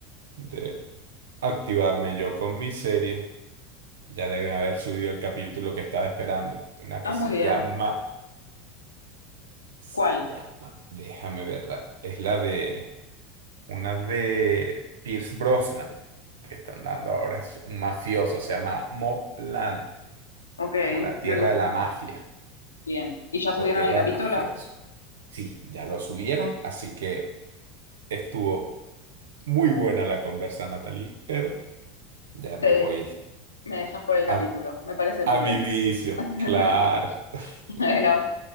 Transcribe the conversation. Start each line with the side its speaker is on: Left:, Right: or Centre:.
Right: de activarme yo con mi serie. Ya debe haber subido el capítulo que estaba esperando. De una que
Left: Ah,
Right: se
Left: muy bien.
Right: llama, se
Left: ¿Cuál?
Right: llama, déjame verla. Es la de una de Pierce Brosnan que están dando ahora. Es un mafioso, se llama Mobland,
Left: Ok,
Right: como la tierra
Left: el-
Right: de la mafia
Left: bien. ¿Y ya subieron
Right: o tierra
Left: el capítulo?
Right: de mafiosos. Sí, ya lo subieron, así que estuvo Muy buena la conversa, Natalie, pero ya
Left: Te,
Right: me voy
Left: me dejas por el capítulo,
Right: a,
Left: me parece muy
Right: a
Left: bien.
Right: mi vicio.
Left: <laughs>
Right: Claro. <laughs>
Left: Bueno,